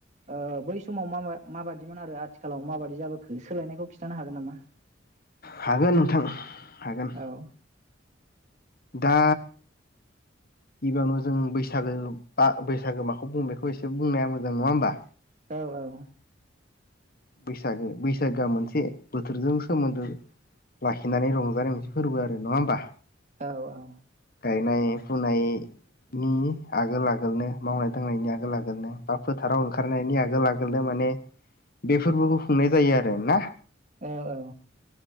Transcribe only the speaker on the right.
ओ बै समाव मा माबादिमोन आरो आथिखालाव माबायदि जाबो खो सोलायनायखौ खिन्थानो हागोन नामा?
औ
औ औ
औ औ।
औ औ